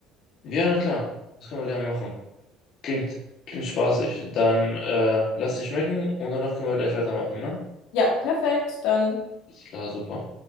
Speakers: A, on the left; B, on the left.
A: Ja, na klar. Das können wir gerne machen. Klingt, klingt spaßig. Dann äh, lass dich schmecken und danach können wir gleich weitermachen, ne?
B: Ja, perfekt. Dann.
A: Klar, super.